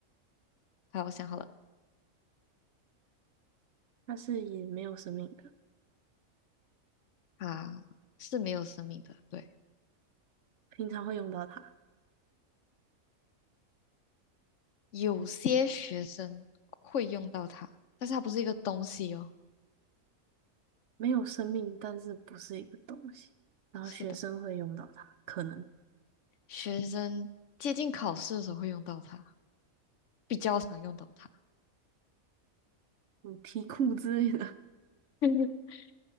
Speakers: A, on the left (about 65°); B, on the right (about 65°).
A: 好，我想好了，
B: 但是也没有生命的，
A: 啊，是没有生命的，对。
B: 平常会用到它。
A: 有些学生会用到它，但是它不是一个东西哦。
B: 没有生命，但是不是一个东西。然后学生会用到它，
A: 是的，
B: 可能
A: 学生接近考试的时候会用到它，比较常用到它。
B: 嗯题库之类的，
A: <laughs>